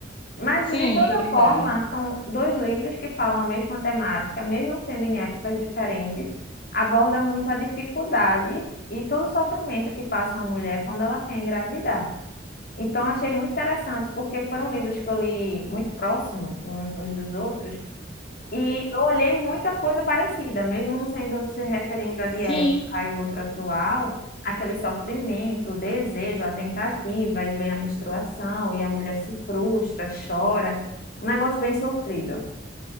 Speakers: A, on the left; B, on the left.
A: Mas,
B: Sim,
A: de toda
B: verdade.
A: forma, são dois livros que falam a mesma temática, mesmo sendo em épocas diferentes, aborda muito a dificuldade e todo o sofrimento que passa uma mulher quando ela quer engravidar. Então, achei muito interessante, porque foram livros que eu li muito próximo um- uns dos outros, e eu olhei muita coisa parecida, mesmo sendo se referindo a de época
B: Sim,
A: e outro atual, aquele sofrimento, o desejo, a tentativa, e vem a menstruação, e a mulher se frustra, chora, um negócio bem sofrido.